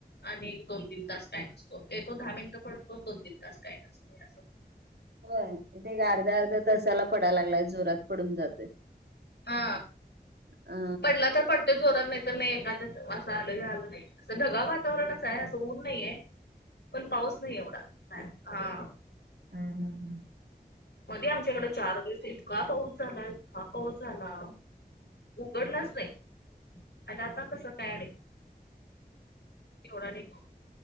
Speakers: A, on the left; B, on the right.
A: आणि एक दोन तीन तास काय नसतो, येतो दहा मिनिटं पडतो दोन तीन तास काय नसतंय. <unintelligible>
B: होय, इथ एक अर्ध्या अर्ध्या तासाला पडायला लागलाय जोरात पडून जातोय.
A: हा
B: अ
A: पडला तर पडतोय जोरात नाही तर नाही एखाद्याच असं आलं की आलं नाही. असं ढगा वातावरणच आहे असं ऊन नाहीे, पण पाऊस नाही एवढा अ हा.
B: हम्म.
A: मध्ये आमच्याकडें चार दिवस येत इतका पाऊस झाला, इतका पाऊस झाला, उघडलाच नाही. आणि आता तस काय नाही. एवढा नाही पाऊस.